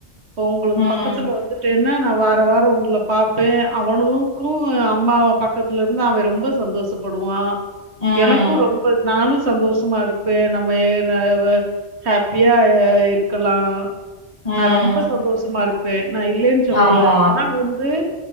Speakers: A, on the right (about 65°); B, on the left (about 30°).
A: இப்ப உங்களுக்கு
B: ம்
A: பக்கத்ல வந்துட்டேனா நா வார வாரம் உங்கள பாப்பேன் அவனுக்கு அம்மாவ பக்கத்ல இருந்து அவன் ரொம்ப சந்தோஷபடுவான்
B: ம்
A: எனக்கு ரொம் நானு சந்தோஷமா இருப்பே நம்ம <unintelligible> ஹேப்பியா இருக்கலா
B: ம்
A: நா ரொம்ப சந்தோஷமா இருப் <unintelligible> நா இல்லேன்னு சொல்லல
B: ஆமா
A: ஆனா வந்து